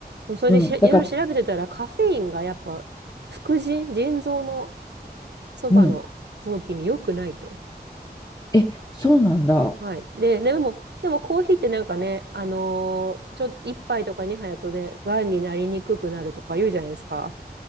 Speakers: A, on the right; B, on the left.
A: でもそれでしらいろいろ調べてたら、
B: う。うん。だから、
A: カフェインがやっぱ、副腎、腎臓のそばの臓器に良くないと。
B: うん。え、そうなんだ。
A: はい。で、でも、でもコーヒーってなんかね、あのーちょ、一杯とか二杯だとね、癌になりにくくなるとか言うじゃないですか。